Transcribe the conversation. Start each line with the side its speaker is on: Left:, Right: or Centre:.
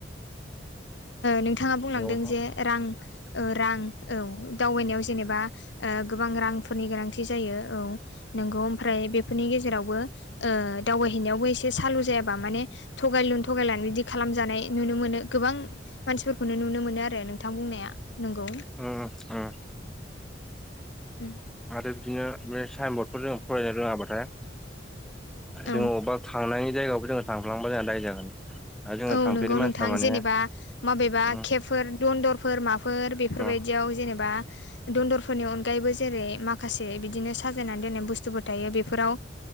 Left: नोंथाङा बुंलांदों
Centre: नोंथां
Left: जे रां रां औ दावबायनायाव जेनेबा गोबां रांफोरनि गोनांथि जायो औ। नोंगौ ओमफ्राय बेफोरनि गेजेरावबो दावबायहैनायावबो एसे सालु जायाबा माने थगायलुन थगायला बिदि खालामजानाय नुनो मोनो गोबां मानसिफोरखौनो नुनो मोनो आरो नोंथां बुंनाया नंगौ।
Centre: उम उम।
Left: उम।
Centre: आरो बिदिनो बे साइन बर्डफोर जों फरायनो रोङाबाथाय
Left: औ
Centre: जोङो अबेबा थांनायनि जायगायावबो जोङो थांफ्लांबा जोंहा दाय जागोन। आरो जोङो
Left: औ
Centre: थांफेरि
Left: नोंगौ
Centre: मानसिफ्रा
Left: नोंथां
Centre: माने
Left: जेनेबा माबेबा
Centre: उम
Left: केेबफोर दन्दरफोर माफोर बेफोरबायदियाव
Centre: उम
Left: जेनेबा दन्दरफोरनि अनगायैबो जेरै माखासे बिदिनो साजायनानै दोननाय बुस्थुफोर थायो बेफोराव